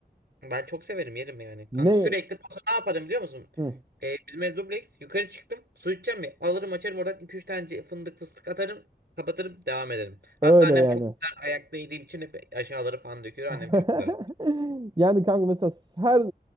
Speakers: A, on the right (about 70°); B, on the right (about 25°).
A: Ben çok severim yerim yani. Kanka
B: Ne
A: sürekli paso ne yaparım biliyor musun?
B: Hı,
A: Ee, bizim ev dubleks. Yukarı çıktım. Su içeceğim mi? Alırım açarım oradan iki üç tane ce- fındık fıstık atarım. Kapatırım devam ederim.
B: öyle
A: Hatta annem
B: yani.
A: çok güzel ayakta yediğim için hep aşağıları falan döküyor.
B: <laughs>
A: Annem çok güzel.
B: Yani kanka mesela her e,